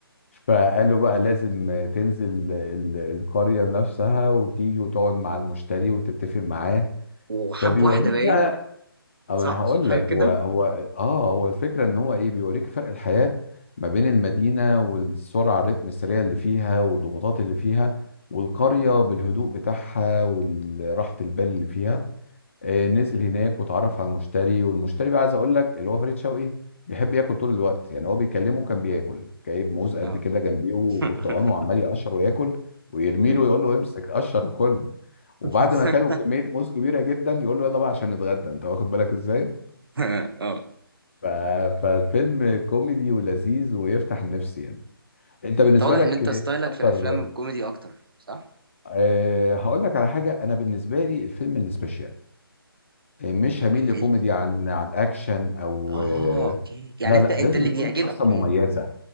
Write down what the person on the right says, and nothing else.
وحب
واحده باين
صح
حاجه
كده
امم
امم
اه
<laughs>
امم
<laughs>
اه
انت واضح
ان انت
ستايلك
في الافلام الكوميدي اكتر صح
الفيلم
اه اوكي يعني
انت
انت
اللي
بيعجبك
عموما